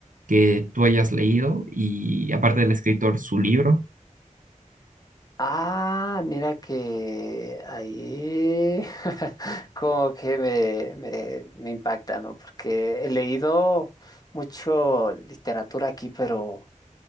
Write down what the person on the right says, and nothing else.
que tú hayas leído y aparte del escritor, su libro?